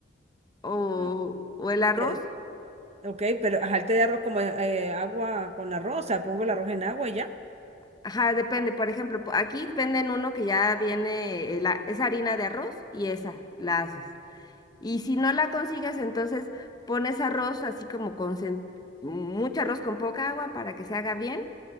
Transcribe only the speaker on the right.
Ah,
te- ok, pero ajá, el té de arroz como eh, agua con arroz, o sea, pongo el arroz en agua y ya.